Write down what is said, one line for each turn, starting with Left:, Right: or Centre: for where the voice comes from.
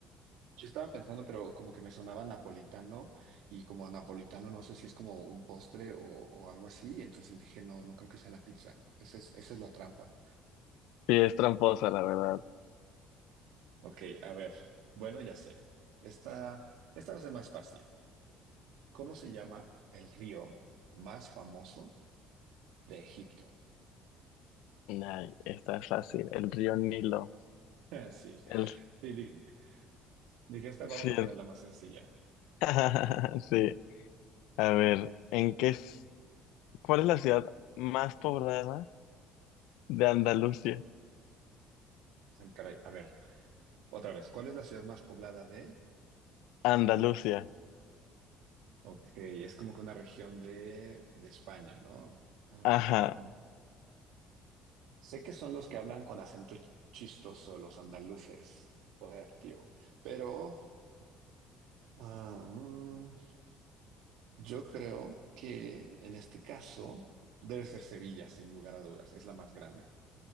Right: Yo estaba pensando, pero como que me sonaba napolitano y como napolitano no sé si es como un postre o, o algo así, y entonces dije, no, no creo que sea la pizza. Esa es, esa es la trampa.
Left: Sí, es tramposa, la verdad.
Right: Ok, a ver, bueno, ya sé. Esta, esta va a ser más fácil. ¿Cómo se llama el río más famoso de Egipto?
Left: Ay, esta es fácil. El río Nilo.
Right: <laughs> Sí,
Left: El,
Right: sí, di- dije, esta vamos
Left: sí.
Right: a ponerla
Left: el-
Right: más sencilla.
Left: <laughs> Sí. A ver, ¿en qué, s- cuál es la ciudad más poblada de Andalucía?
Right: Ay, caray, a ver, otra vez, ¿cuál es la ciudad más poblada de?
Left: Andalucía.
Right: Ok, es como que una región de, de España, ¿no? Ah,
Left: Ajá.
Right: Sé que son los que hablan con acento ch- chistoso, los andaluces. Joder, tío. Pero ah, mm, yo creo que en este caso debe ser Sevilla, sin lugar a dudas. Es la más grande.